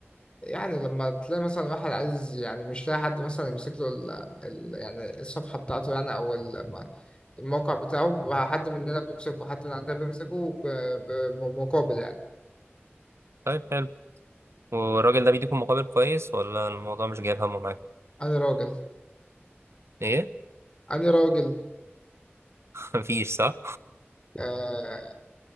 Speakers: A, on the left; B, on the right.
A: يعني لما تلاقي مثلا واحد عايز يعني مش لاقي حد مثلا يمسك له ال ال يعني الصفحة بتاعته يعني أو ال- الموقع بتاعه حد مننا بيمسكه حد من عندنا بيمسكه ب- ب- بمقابل يعني
B: طيب حلو والراجل ده بيديكم مقابل كويس ولا الموضوع مش جايب همه معاكم
A: أنا راجل
B: ايه
A: أنا راجل
B: <laughs> مفيش صح
A: آه